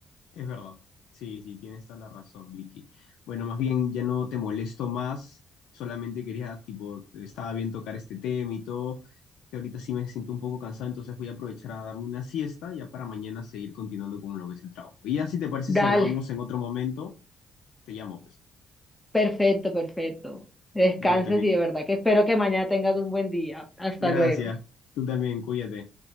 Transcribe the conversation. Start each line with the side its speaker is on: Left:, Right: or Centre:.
Left: Es verdad. Sí, sí, tienes toda la razón, Vicky. Bueno, más bien ya no te molesto más. Solamente quería, tipo, estaba bien tocar este tema y todo, que ahorita sí me siento un poco cansado, entonces voy a aprovechar a darme una siesta ya para mañana seguir continuando con lo que es el trabajo. Y ya si te parece,
Centre: Dale,
Left: si hablamos en otro momento, te llamo, pues.
Centre: perfecto, perfecto. Descanses
Left: Dale, pues, Vicky.
Centre: y de verdad que espero que mañana tengas un buen día. Hasta
Left: Gracias.
Centre: luego.
Left: Tú también, cuídate.